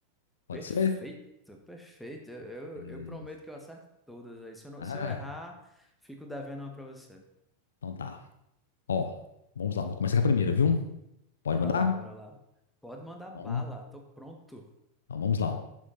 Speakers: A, on the left; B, in the centre.
A: Pode
B: Perfeito,
A: ser?
B: perfeito. Eu,
A: Beleza.
B: eu, eu prometo que eu acerto todas aí. Se eu, não-
A: Ah,
B: se eu errar, fico devendo uma pra você.
A: então tá. Ó, vamos lá. Vou começar com a primeira, viu? Pode
B: Bora
A: mandar?
B: lá, bora lá. Pode mandar bala,
A: Então,
B: tô pronto.
A: então vamos lá, ó.